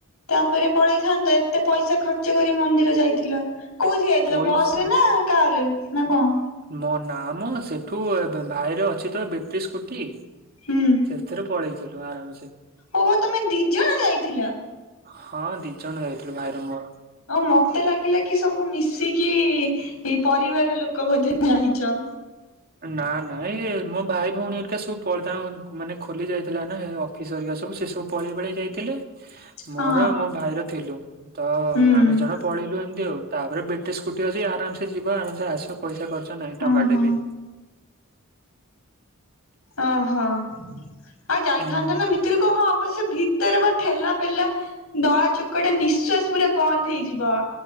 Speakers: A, on the left (about 90°); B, on the right (about 45°).
A: ତାପରେ ପଳେଇଥାନ୍ତ ଏତେ ପଇସା ଖର୍ଚ୍ଚ ଖର୍ଚ୍ଚ କରି ମନ୍ଦିର ଯାଇଥିଲ କଉଥି ଯାଇଥିଲ
B: ପଇସା
A: ବସ୍ ରେ ନା କାର୍ ରେ ନା କଣ?
B: ମୋ ନାଁ ମ ସେଠୁ ଅ-ଭାଇର ଅଛି ତ ବେଟ୍ରୀ ସ୍କୁଟି
A: ହୁଁ
B: ସେଥିରେ ପଳେଇଥିଲୁ ଆରାମ୍ ସେ।
A: ଓହୋ ତମେ ଦି ଜଣ ଯାଇଥିଲ।
B: ହଁ ଦି ଜଣ ଯାଇଥିଲୁ ଭାଇର ମୋର।
A: ଅଉ ମତେ ଲାଗିଲା କି ସବୁ ମିଶିକି ପରିବାର ଲୋକ ବୋଧେ ଯାଇଚ।
B: ନା- ନା ଏଇ ମୋ ଭାଇ ଭଉଣୀ ହେରିକା ସବୁ ପଳେ <unintelligible> ତାଙ୍କ ମାନେ ଖୋଲି ଯାଇଥିଲା ନା ଏ-ଅଫ୍ ଅଫିସ୍ ହେରକା ସବୁ ସେ ସବୁ ପଳେଇ ପାଳେଇ ଯାଇଥିଲେ
A: ହଁ
B: ମୋର ମୋ ଭାଇର ଥିଲୁ ତ
A: ହୁଁ
B: ଆମେ ଜଣ ପଳେଇୁ ଏମିତି ଆଉ ତାପରେ ବେଟ୍ରୀ ସ୍କୁଟି ଅଛି ଆରାମ୍ ସେ ଯିବ ଆରାମ୍ ସେ ଆସିବ ପଇସା ଖର୍ଚ୍ଚ <unintelligible> ନାଇଁ ଟଙ୍କା
A: ଓହୋ
B: ଟେ ବି।
A: ଓହୋ ଆଉ ଯାଇଥାନ୍ତ
B: ହୁଁ।
A: ନା ଭିତୁରୁକୁ ହଁ ଅବଶ୍ୟ ଭିତରେ ବା ଠେଲା ପେଲା ଦଳାଚକଟା ନିଶ୍ଵାସ ପୁରା ବନ୍ଦ୍ ହେଇଯିବ।